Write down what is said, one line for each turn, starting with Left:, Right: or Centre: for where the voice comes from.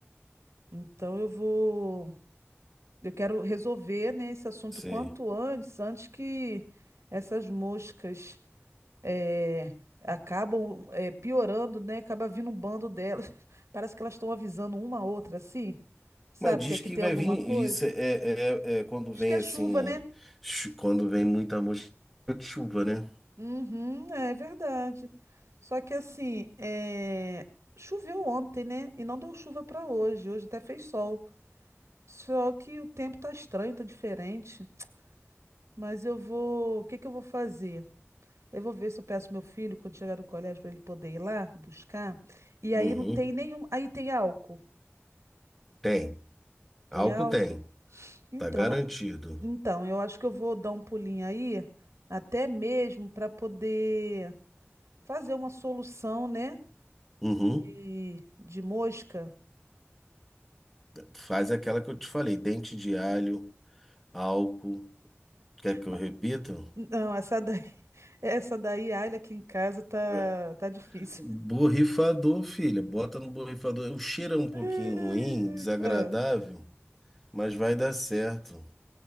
Right: Então eu vou. Eu quero resolver, né, esse assunto
Centre: sei.
Right: quanto antes, antes que essas moscas eh, acabam eh, piorando, né? Acaba vindo um bando delas. <laughs> Parece que elas estão avisando uma a outra, assim. Sabe
Centre: Mas diz
Right: que aqui
Centre: que
Right: tem
Centre: vai
Right: alguma
Centre: vir,
Right: coisa?
Centre: isso é, é, é- é quando
Right: Diz
Centre: vem
Right: que é
Centre: assim,
Right: chuva, né?
Centre: chu- quando vem muita mosca de chuva, né?
Right: Uhum, é verdade. Só que assim, eh, choveu ontem, né? E não deu chuva para hoje. Hoje até fez sol. Só que o tempo tá estranho, tá diferente. Mas eu vou. O que que eu vou fazer? Eu vou ver se eu peço meu filho quando chegar do colégio para ele poder ir lá buscar. E
Centre: Uhum,
Right: aí não tem nenhum. Aí tem álcool.
Centre: tem.
Right: Tem
Centre: Álcool
Right: álcool?
Centre: tem,
Right: Então,
Centre: tá garantido.
Right: então, eu acho que eu vou dar um pulinho aí, até mesmo para poder fazer uma solução, né?
Centre: Uhum,
Right: De, de mosca.
Centre: faz aquela que eu te falei, dente de alho, álcool, quer que
Right: Ma-
Centre: eu repita?
Right: Não, essa daí, <laughs> essa daí, alho aqui em casa tá,
Centre: É.
Right: tá difícil.
Centre: Borrifador, filha, bota no borrifador. O cheiro é um pouquinho
Right: <laughs> Ai,
Centre: ruim, desagradável,
Right: ai.
Centre: mas vai dar certo.